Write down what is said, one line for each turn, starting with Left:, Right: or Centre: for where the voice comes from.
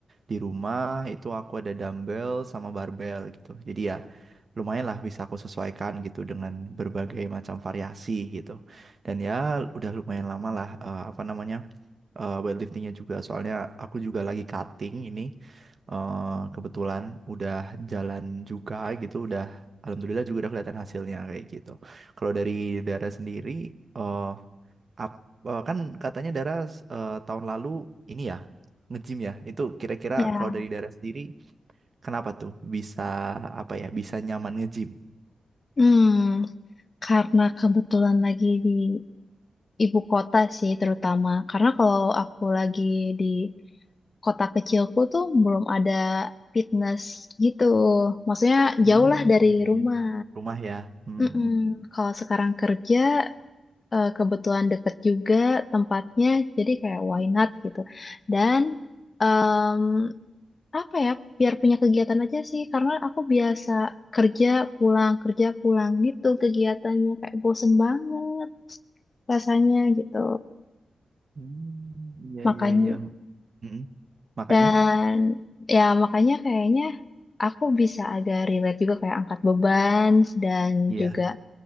Right: di rumah itu aku ada dumbbell sama barbell gitu. Jadi ya lumayan lah bisa aku sesuaikan gitu dengan berbagai macam variasi gitu. Dan ya udah lumayan lama lah eh, apa namanya eh weightliftingnya juga. Soalnya aku juga lagi cutting ini eh, kebetulan udah jalan juga gitu, udah alhamdulillah juga udah kelihatan hasilnya kayak gitu. Kalau dari Dara sendiri, eh ap- eh, kan katanya Dara eh, tahun lalu ini ya nge-gym ya. Itu kira-kira
Left: Ya,
Right: kalau dari Dara sendiri, kenapa tuh bisa apa ya bisa nyaman nge-gym
Left: hmm, karena kebetulan lagi di ibu kota sih terutama. Karena kalau aku lagi di kota kecilku tuh belum ada fitness gitu. Maksudnya
Right: Hmm,
Left: jauh lah dari
Right: iya
Left: rumah.
Right: iya. rumah ya? Hmm,
Left: Mm-mm. Kalau sekarang kerja eh, kebetulan deket juga tempatnya, jadi kayak why not gitu. Dan em, apa ya, biar punya kegiatan aja sih, karena aku biasa kerja pulang kerja pulang gitu kegiatannya kayak bosen banget rasanya gitu.
Right: Hmm, iya
Left: Makanya
Right: iya iya. mm-mm. Makanya,
Left: Dan ya makanya kayaknya aku bisa agak relate juga kayak angkat beban dan
Right: iya.
Left: juga